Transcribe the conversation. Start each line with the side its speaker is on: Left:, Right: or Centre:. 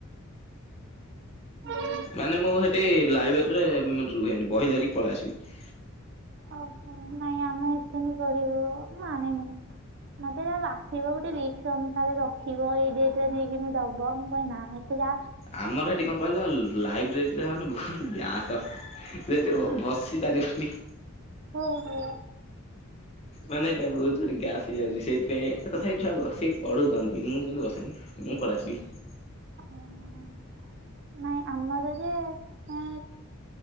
Right: <inaudible>
Left: ମାନେ ମୁଁ ହେଟି ଲାଇବ୍ରେରୀରେ ରୁହେନି ବହି ଧରିକି ପଳେଇ ଆସିବି।
Right: ଓହ ନାଇଁ ଆମେ ହେଠି କିନ୍ତୁ ପଢ଼ିବ ମୁଁ ଆଣେନି ମତେ ଆସିବ ଗୋଟେ ରିକ୍ସ ଅନୁସାରେ ରଖିବ ଏଇ ଡେଟରେ ନେଇକିନି ଦବ ମୁଁ କହେ ନା ଏତେ ଯା
Left: ଆମର ହେଟି କଣ କହିଲ ଲ ଲାଇବ୍ରେରୀ ରେ ମାନେ ବହୁତ୍ ଗ୍ୟାସ ହେଠି ବସି ପାରିବନି।
Right: ଓ ହୋ।
Left: ମାନେ ଏଇଟା ବହୁତ ଜୋରରେ ଗ୍ୟାସ୍ ହେଇଯାଉଛି ସେଇଥିପାଇଁ ତଥାପି ଛୁଆ ବସିକି ପଢୁଛନ୍ତି ମୁଁ କିନ୍ତୁ ବସେନି। ମୁଁ ପଳେଆସିବି।
Right: ଓହ ନାଇଁ ଆମର ଯେ ଏ